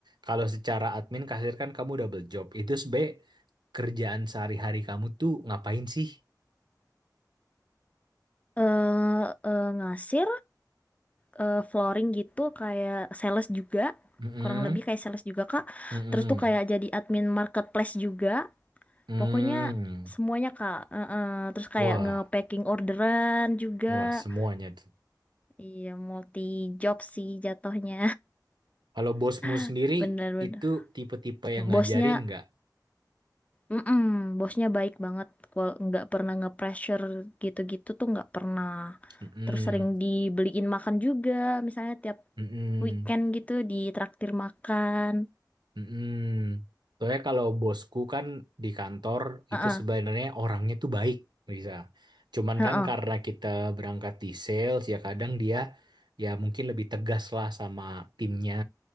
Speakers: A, on the right (about 85°); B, on the left (about 20°).
A: kalau secara admin kasir kan kamu double job. Itu sebenarnya kerjaan sehari-hari kamu tuh ngapain sih?
B: Eh, eh, ngasih eh, flooring gitu kayak sales juga
A: Mm-mm,
B: kurang lebih kayak sales juga kak
A: mm-mm,
B: terus tuh kayak jadi admin marketplace juga
A: mm.
B: pokoknya semuanya kak Eh, eh. terus kayak
A: Wah,
B: nge-packing orderan juga
A: wah semuanya tuh.
B: iya multi job sih jatuhnya
A: Kalau bosmu
B: <laughs>
A: sendiri
B: bener-bener
A: itu tipe-tipe
B: bosnya
A: yang ngajarin nggak?
B: mm-mm, bosnya baik banget kalau nggak pernah nge-pressure gitu-gitu tuh nggak pernah
A: Mm-mm,
B: terus sering dibeliin makan juga misalnya tiap
A: mm-mm.
B: weekend gitu ditraktir makan
A: Mm-mm. Soalnya kalau bosku kan di kantor
B: Heeh,
A: itu sebenarnya orangnya tuh baik, bisa. Cuman
B: heeh.
A: kan karena kita berangkat di sales ya kadang dia ya mungkin lebih tegas lah sama timnya.